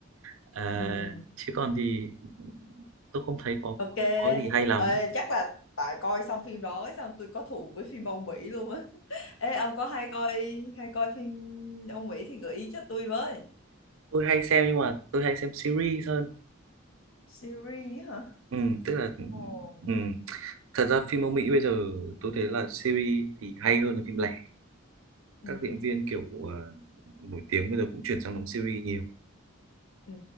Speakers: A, on the right (about 80°); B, on the left (about 80°).
A: à,
B: ừ
A: chứ còn thì tôi không thấy có
B: Ok.
A: có có gì hay lắm
B: Ê, chắc là tại coi xong phim đó ấy xong tôi có thù với phim Âu Mỹ luôn á. Ê ông có hay coi hay coi phim Âu Mỹ thì gợi ý cho tôi với.
A: tôi hay xem nhưng mà tôi hay xem series hơn
B: Series á hả?
A: ừ, tức là
B: Ồ.
A: ừ. thật ra phim Âu Mỹ bây giờ tôi thấy là series thì hay hơn là phim lẻ
B: Ừ.
A: các diễn viên kiểu ờ, nổi tiếng bây giờ cũng chuyển sang đóng series nhiều
B: Ừ.